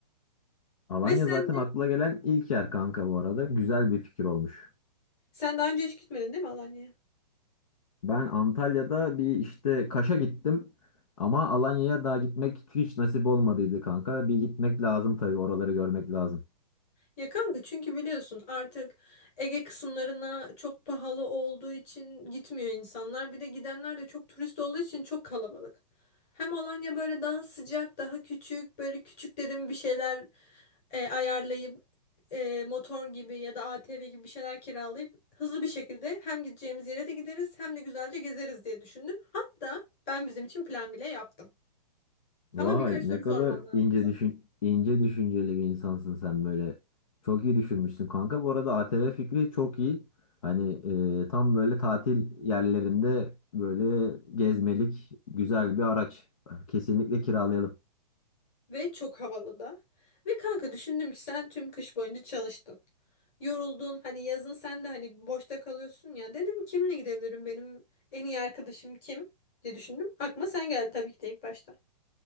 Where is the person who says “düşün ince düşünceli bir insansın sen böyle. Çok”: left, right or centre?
Left